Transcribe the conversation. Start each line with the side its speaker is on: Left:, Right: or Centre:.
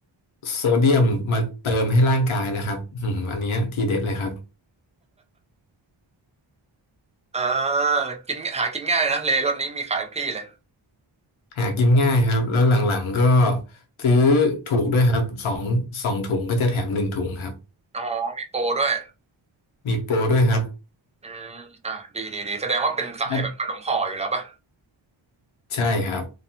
Left: โซเดียมมาเติมให้ร่างกายนะครับอืมอันเนี้ยทีเด็ดเลยครับ
Right: อ่ากินหากินง่ายนะเลรสนี้มีขายทุกที่เลย
Left: หากินง่ายครับแล้วหลังๆก็ซื้อถูกด้วยครับสองสองถุงก็จะแถมหนึ่งถุงครับ
Right: อ๋อมีโปรด้วย
Left: มีโปรด้วยครับ
Right: อืมอ่าดีดีดีแสดงว่าเป็นสายแบบขนมห่ออยู่แล้วป่ะ
Left: นั่นใช่ครับ